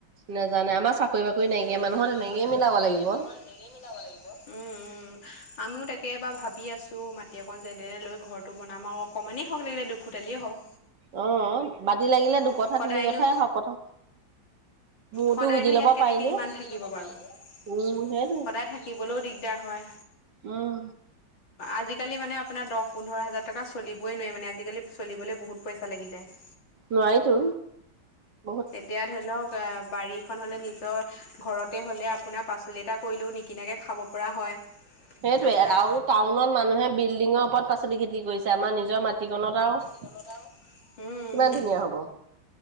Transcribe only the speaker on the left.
নেজানে।
চাকৰি
বাকৰি নাইকিয়া
মানুহৰ উম! উম! আমিও তাকে এবাৰ ভাবি আছোঁ, মাটি অকন যেনে তেনে লৈ ঘৰ টো বনাম আৰু অকমান হওক লাগিল দুখুটালেই হওক!
অ',
সদাই
নো
সদায়নো
ইয়াত
কেনেকে
ইমান থাকিব বাৰু? সদায়
থাকিবলৈও দিগদাৰ হয়।
আজিকালি মানে আপোনাৰ দহ পোন্ধৰ হাজাৰ টকা চলিবই নো ৱায়ি মানে? আজিকালি চলিবলৈ বহুত পইচা লাগি যায়। <inaudible>
এতিয়া ধৰি লওঁক বাৰীখন হলে নিজৰ ঘৰতে হ'লে আপোনাৰ পাচলি এটা কৰিলেও নিকিনাকৈ খাব পৰা হয়।
আপোনাৰ
<inaudible>
উম